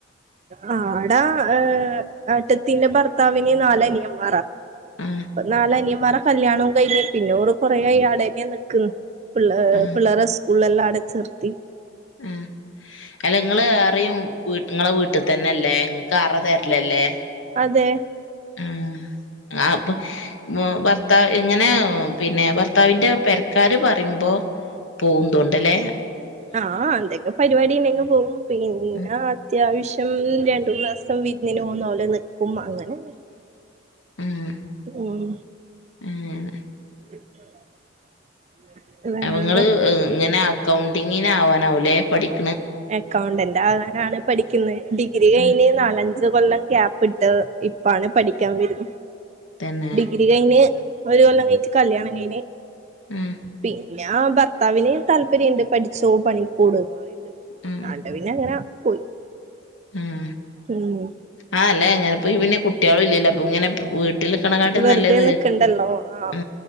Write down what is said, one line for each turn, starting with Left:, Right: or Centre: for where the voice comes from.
Right: ആ എടാ ഏ ഏട്ടത്തീന്റെ ഭർത്താവിന് നാലനിയന്മാറാ.
Left: ആ
Right: പ്പ നാലനിയ വേറെ കല്യാണോം കഴിഞ്ഞ് പിന്നെ ഓള് കൊറേ ആ ആടെന്ന്യാ നിൽക്കുന്നു. പിള്ള
Left: ആ
Right: പിള്ളാരെ ഉള്ളെല്ലാം അടച്ചിർത്തി.
Left: ആ അല്ലങ്ങള് അത്രയും വീട് നിങ്ങളെ വീട്ടിൽ തന്നെല്ലേ നിങ്ങക്ക് അറ തരലല്ലേ?
Right: അതെ.
Left: ഉ ആപ്പ ഭർത്താവ് ഇങ്ങനെ പിന്നെ ഭർത്താവിന്റെ പെരക്കാര് പറയുമ്പോ പോകുന്തോണ്ടല്ലേ?
Right: ആ ആ എന്തേക്ക പരിപാടി ഉണ്ടെങ്കി പോകും. പിന്ന
Left: ഉം
Right: അത്യാവശ്യം രണ്ടൂന്ന് ദേസം വിരുന്നിന് പോകുന്നവിടെ നിക്കും അങ്ങനെ.
Left: ഉം
Right: ഉം
Left: അങ്ങനെ
Right: <unintelligible> വേറെ
Left: അവങ്ങള് ഇ ഇങ്ങനാ അക്കൗണ്ടിങ്ങിന് ആവാനാവ്വല്ലേ പഠിക്ക
Right: അക്കൗണ്ടന്റ്. അതാകാനാണ് പഠിക്കുന്നേ. ഡിഗ്രി കഴിഞ്ഞ്
Left: ഉം
Right: നാലഞ്ച് ഞ്ച് കൊല്ലം ഗ്യാപ്പ് ഇട്ട് ഇപ്പാണ് പഠിക്കാൻ വെരുന്ന.
Left: തന്നെ
Right: ഡിഗ്രി കഴിഞ്ഞ് ഒരു കൊല്ലം കയിച് കല്യാണംകീഞ്ഞ്
Left: ഉം
Right: പിന്നെ ആ ഭർത്താവിന് താല്പര്യംണ്ട് പഠിച്ചോ പണിക്കൂട് ന്ന്‌
Left: ഉം
Right: ആണ്ട് പിന്നങ്ങന. പോയി
Left: ഉം
Right: ഉം
Left: ആ അല്ലെ ഇങ്ങനെപ്പ പിന്നെ കുട്ടികളും ഇല്ലല്ലോ അപ്പൊ ഇങ്ങനെ വീട്ടിൽക്കണക്കാട്ടും
Right: വെറുതെ
Left: നല്ലത്
Right: നിക്കണ്ടല്ലോ ആഹ്
Left: ഉ